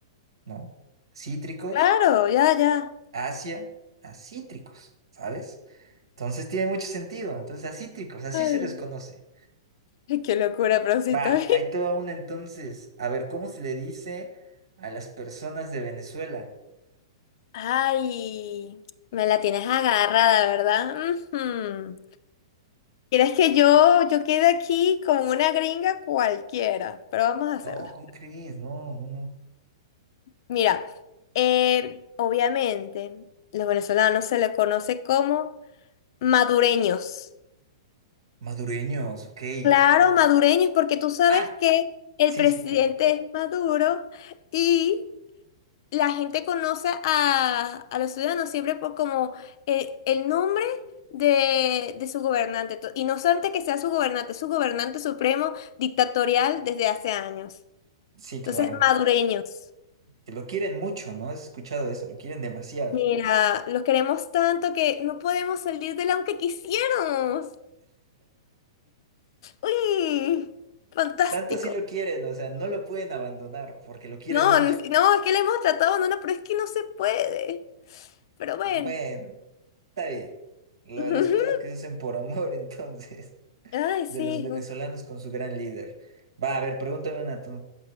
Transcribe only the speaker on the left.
Claro, ya, ya.
Ay,
<laughs> qué locura, prosita.
<laughs> Ay, me la tienes agarrada, ¿verdad? Ujú. Quieres que yo, yo quede aquí como una gringa cualquiera, pero vamos a
hacerlo.
Mira, eh, obviamente, los venezolanos se les conoce como madureños.
Claro,
madureños, porque tú sabes
que el
presidente
es Maduro y la gente conoce a, a los ciudadanos siempre por como eh, el nombre de, de su gobernante. To- Y no solamente que sea su gobernante, su gobernante supremo dictatorial desde hace años.
Entonces, madureños,
mira, los queremos tanto que no podemos salir de él aunque quisiéramos. Uy, fantástico.
No,
no, es que le hemos tratado, no, no, pero es que no se puede. Pero bueno.
<laughs>
Ay, sí.